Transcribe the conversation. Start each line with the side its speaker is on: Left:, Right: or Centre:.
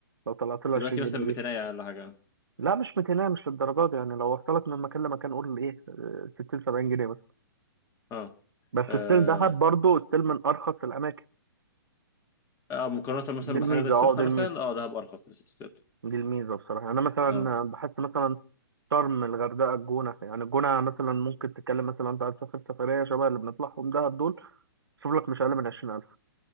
Right: لو طلعت له
Left: دلوقتي
Right: 20
Left: مثلا
Right: جنيه
Left: 200
Right: دي
Left: ولا حاجة
Right: لا مش 200 مش للدرجة دي يعني لو وصلك من مكان لمكان قول ايه آه، 60 70 جنيه بس
Left: اه
Right: بس
Left: اه
Right: ستيل دهب برضه ستيل من أرخص الأماكن
Left: آه، مقارنة مثلا
Right: دي الميزة
Left: بحاجة زي السخنة
Right: اه دي الميزة
Left: مثلا اه دهب أرخص لسه ستيل
Right: دي الميزة بصراحة أنا مثلا
Left: اه
Right: بحس مثلا شرم الغردقة الجونة يعني الجونة مثلا ممكن تتكلم مثلا أنت هتسافر سفرية شبه اللي بنطلعهم دهب دول شوف لك مش أقل من عشرين ألف